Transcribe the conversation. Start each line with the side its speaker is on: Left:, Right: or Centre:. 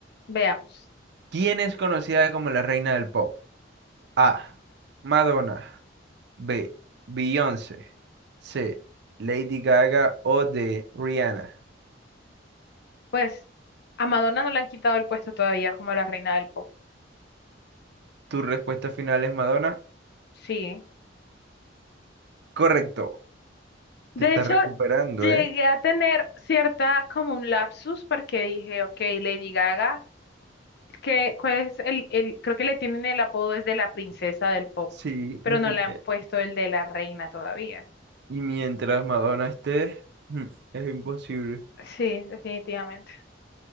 Left: Veamos.
Right: ¿Quién es conocida como la reina del pop? A. Madonna. B. Beyoncé. C. Lady Gaga o D. Rihanna.
Left: Pues a Madonna no le han quitado el puesto todavía como la reina del pop.
Right: ¿Tu respuesta final es Madonna?
Left: Sí.
Right: Correcto.
Left: De
Right: Te está
Left: hecho,
Right: recuperando,
Left: llegué
Right: ¿eh?
Left: a tener cierta como un lapsus porque dije, ok, Lady Gaga, que cuál es el, el, creo que le tienen el apodo es de la princesa del pop,
Right: Sí,
Left: pero
Right: defin-
Left: no le han
Right: eh,
Left: puesto el de la reina todavía.
Right: y mientras Madonna esté, mm, es imposible.
Left: Sí, definitivamente.